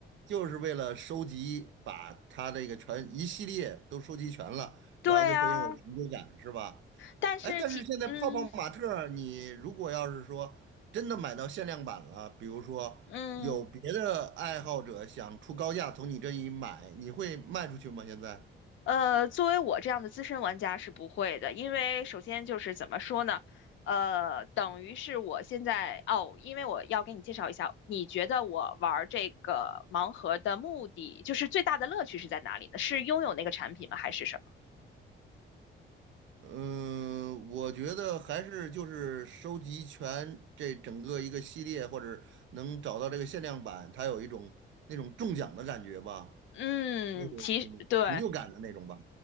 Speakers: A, on the right; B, on the left.
A: 就是为了收集，把他这个全一系列都收集全了，
B: 对啊，
A: 然后就会有成就感，是吧？
B: 但是其嗯
A: 哎，但是现在泡泡玛特儿你如果要是说真的买到限量版了，比如说有别的爱好者想出高价从你这里买，
B: 嗯
A: 你会卖出去吗？现在？
B: 呃，作为我这样的资深玩家是不会的，因为首先就是怎么说呢，呃，等于是我现在哦，因为我要给你介绍一下，你觉得我玩这个盲盒的目的，就是最大的乐趣是在哪里呢？是拥有那个产品吗？还是什么？
A: 嗯，我觉得还是就是收集全这整个一个系列，或者能找到这个限量版，它有一种那种中奖的感觉吧。
B: 嗯，
A: 那种成就感的那种吧。
B: 其实对，